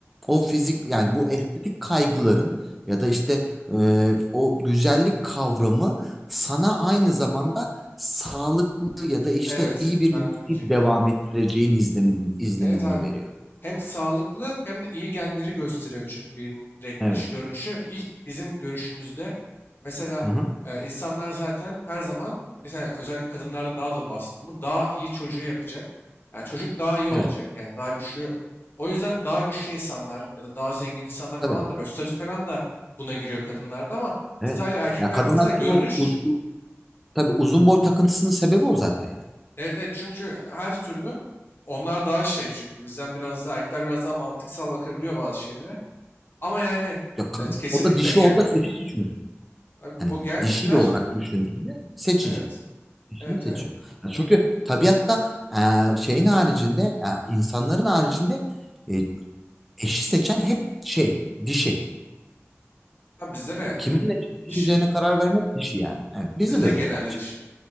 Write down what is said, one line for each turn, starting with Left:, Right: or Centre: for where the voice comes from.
Centre: o fizik yani bu estetik kaygıların ya da işte e, o güzellik kavramı sana aynı zamanda sağlıklı ya da işte
Left: Evet,
Centre: iyi bir
Left: ben
Centre: nesil
Left: de onu diyecektim.
Centre: devam ettireceğin izlemin, izlenimini
Left: Evet abi.
Centre: veriyor.
Left: Hem sağlıklı hem de iyi genleri gösteriyor çünkü birinin direkt
Centre: Evet.
Left: dış görünüşü. ilk bizim görüşümüzde mesela
Centre: Hı hı.
Left: e, insanlar zaten her zaman mesela özellikle kadınlarda daha da baskın. Bu daha iyi çocuğu yapacak. Yani çocuk daha iyi olacak
Centre: Evet.
Left: yani daha güçlü. O yüzden daha güçlü insanlar ya da daha zengin insanlar
Centre: Tabii.
Left: falan da böyle statü falan da buna giriyor kadınlarda ama biz
Centre: Evet.
Left: sadece erkeklerde
Centre: Ya kadınlardaki
Left: mesela görünüş
Centre: o uz- u- tabii uzun boy takıntısının sebebi o zaten yani.
Left: Evet evet çünkü her türlü onlar daha şey çünkü bizden biraz daha erkekler biraz daha mantıksal bakabiliyor bazı şeylere. Ama yani
Centre: Yok kadın
Left: evet, kesinlikle
Centre: orada dişi
Left: gen,
Centre: orada seçici çünkü.
Left: abi
Centre: Hani
Left: o genler
Centre: dişil olarak düşündüğünde seçici.
Left: evet
Centre: Dişini
Left: evet
Centre: seçiyor.
Left: evet.
Centre: Ya çünkü tabiatta e, şeyin haricinde e, insanların haricinde e, eşi seçen hep şey dişi.
Left: Abi bizde de
Centre: Yani kiminle eşleşeceğine
Left: dişi.
Centre: karar vermek dişi yani. Evet bizde
Left: Bizde
Centre: de
Left: de genelde
Centre: öyle gerçi.
Left: dişi.